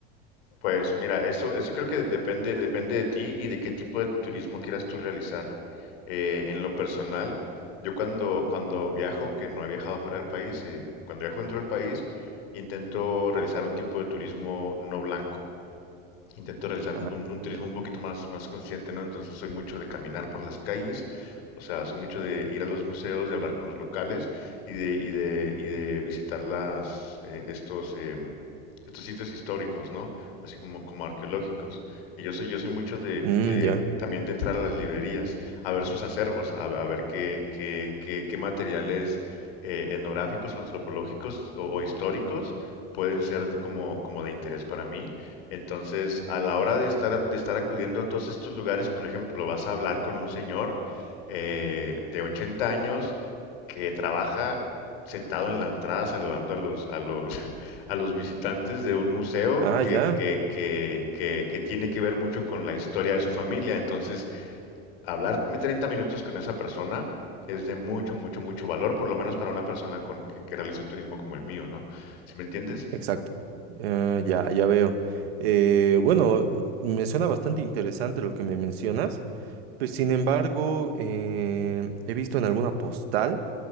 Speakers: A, on the left; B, on the right.
A: Pues mira, eso, eso creo que depende, depende de ti y de qué tipo de turismo quieras tú realizar. Eh, en lo personal, yo cuando, cuando viajo, que no he viajado fuera del país, eh, cuando viajo dentro del país, intento realizar un tipo de turismo no blanco. intento realizar un,
B: Ah,
A: un- un turismo
B: ya.
A: un poquito más, más consciente, ¿no? Entonces soy mucho de caminar por las calles, o sea, soy mucho de ir a los museos, de hablar con los locales y de, y de, y de visitar las, eh, estos, em, estos sitios históricos, ¿no? Así como, como arqueológicos. Y yo soy, yo soy mucho de,
B: Mm,
A: de
B: ya.
A: también de entrar a las librerías, a ver sus acervos, a, a ver qué, qué, qué, qué materiales eh, etnográficos o antropológicos o o históricos pueden ser de- como, como de interés para mí entonces, a la hora de estar, a- de estar acudiendo a todos estos lugares, por ejemplo, vas a hablar con un señor eh, de 80 años que trabaja sentado en la entrada saludando a los, a los, <laughs> a los visitantes de un museo
B: Ah,
A: que,
B: ya.
A: que, que, que, que tiene que ver mucho con la historia de su familia. Entonces, hablarme 30 minutos con esa persona es de mucho, mucho, mucho valor, por lo menos para una persona con, que, que realice un turismo como el mío, ¿no? ¿Sí me entiendes?
B: Exacto. Ah, ya, ya veo. Eh, bueno, me suena bastante interesante lo que me mencionas. Pues sin embargo, eh, he visto en alguna postal